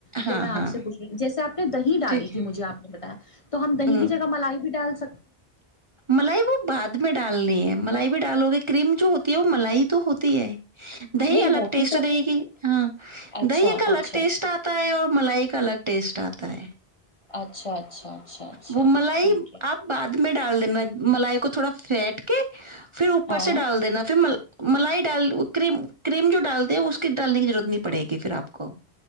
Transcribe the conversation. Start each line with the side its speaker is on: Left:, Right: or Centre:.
Left: تو
Right: ہاں
Left: میں آ
Right: ہاں
Left: سے پوچھنا جیسے آپ نے دہی ڈالی
Right: ٹھیک
Left: تھی
Right: ہے
Left: مجھے آپ نے بتایا تو ہم دہی
Right: ہوں
Left: کی جگہ ملائی بھی ڈالتے
Right: ملائی وہ بعد میں ڈال ڈالنی ہے ملائی بھی ڈالو گے کریم جو ہوتی ہے وہ ملائی تو ہوتی ہے دہی
Left: نہیں
Right: الگ
Left: ہوتی
Right: ٹیسٹ
Left: تو
Right: دے
Left: پھر
Right: گی ہاں
Left: اچھا
Right: دہی ایک الگ
Left: اچھا
Right: ٹیسٹ
Left: اچھا
Right: آتا ہے اور ملائی کا الگ ٹیسٹ آتا ہے
Left: اچھا اچھا اچھا اچھا
Right: وہ ملائی
Left: ٹھیک ہے
Right: آپ بعد میں ڈال میں ملائی کو تھوڑا پھینٹ کے پھر اوپر
Left: ہاں
Right: سے ڈال دینا پھر ملائی ڈال کرم کریم جو ڈالتے ہیں اس کی ڈالنے کی ضرورت نہیں پڑے گی پھر آپ کو